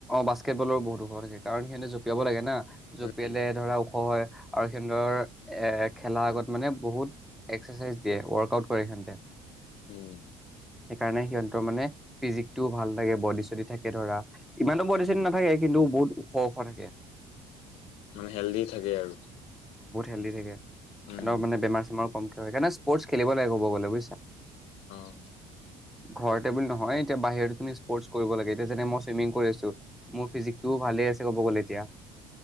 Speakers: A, in the centre; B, on the left.
A: বাস্কেত বলৰ বহুত ওখ থাকে কাৰণ সিহঁতে জঁপিয়াব লাগে না। জঁপিয়ালে
B: উম,
A: ধৰা ওখ হয়। আৰু সিহঁতৰ এ খেলা আগত মানে বহুত এক্সাৰচাইজ দিয়ে ৱৰ্কআউট কৰে সিহঁতে
B: উম
A: সেইকাৰণে সিহঁতৰ মানে ফিজিকটোও ভাল লাগে বডি চডি থাকে ধৰা ইমানো বডি
B: উম,
A: চডি নাথাকে কিন্তু বহুত ওখ ওখ থাকে
B: মানে হেল্ডি থাকে আৰু
A: হেল্দি থাকে
B: উম,
A: এনক মানে বেমাৰ চেমাৰ সেইকাৰণে স্পৰ্টছ খেলিব লাগে ক'ব গলে বুইছা
B: ওহ
A: ঘৰতেবুলি নহয় এতিয়া বাহিৰত তুমি স্পৰ্ট কৰিব লাগে এতিয়া যেনে মই চুইমিং কৰিছো মোৰ ফিজিকটোও ভালে আছে ক'ব গ'লে এতিয়া